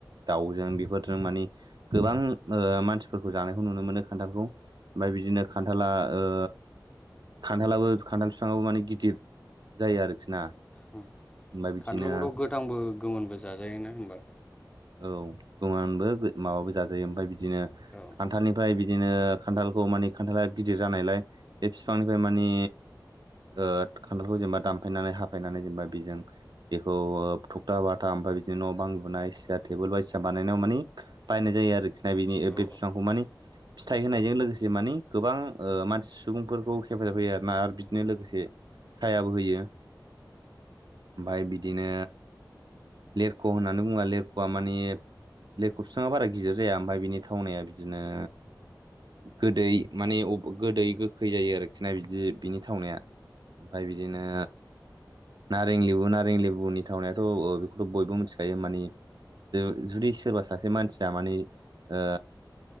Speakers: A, on the right; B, on the left.
A: दाउजों बेफोरजों मानि गोबां ओ मानसिफोरखौ जानायखौ नुनो मोनो खान्थालखौ ओमफ्राय बिदिनो खान्थाला ओ खान्थालाबो खान्थाल फिफांआबो माने गिदिर जायो आरोखि ना
B: औ
A: ओमफ्राय बिदिनो
B: खान्थालखौथ गोथांबो गोमोनबो जाजायोना होमबा
A: औ गोमोनबो माबाबो जाजायो ओमफ्राय बिदिनो
B: औ
A: खान्थालनिफ्राय बिदिनो खान्थालखौ माने खान्थाला‌ गिदिर जानायलाय बे फिफांनिफ्राय माने ओ खान्थालखौ जेनेबा दामफायनानै हाफायनानै जेनेबा बेजों बेखौ थखथा बाथाम ओमफ्राय बिदिनो न' बां लुनाय सियार टेबोल बायदिसिना बानायनायाव माने बाहायनाय जायो आरोखिना बेनि
B: औ
A: बे फिफांखौ माने फिथाइ होनायजों लोगोसे माने गोबां मानसि सुबुंफोरखौ हेफाजाब होयो आरोना आरो बिदिनो लोगोसे सायाबो होयो ओमफ्राय बिदिनो लेरख होननानै बुङो लेरख आ मानि लेरख बिफाङा बारा गिदिर जाया ओमफ्राय बिनि थावनाया बिदिनो गोदै माने गोदै गोखै जायो आरोखि ना बिदि बिनि थावनाया ओमफ्राय बिदिनो नारें लेबु नारें लेबुनि थावनायाथ बेखौ बयबो मिथिखायो माने ज जुदि सोरबा सासे मानसिया माने ओ